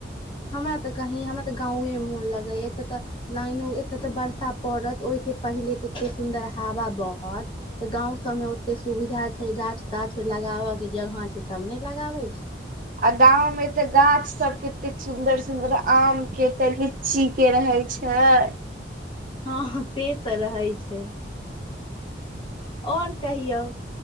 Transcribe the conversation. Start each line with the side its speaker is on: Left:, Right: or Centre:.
Left: हमरा तऽ कहीं हमरा तऽ गाँवए मे मोन लगेैया एतअ तऽ। लाइनो एतय तऽ वर्षा पड़त ओहिस पहिले तऽ एते सुन्दर हवा बहत तऽ गाँंव सबमे ओते सुविधा छै गाछ -ताछ लगाबअ के जगह छै तब ने लगाबै छै।
Right: आ गाँव मे एते गाछ सब कतेक सुंदर सुदर आम केे तऽ लि ची के रहै छैय।
Left: हँ से तऽ रहै छै। और कहियौ।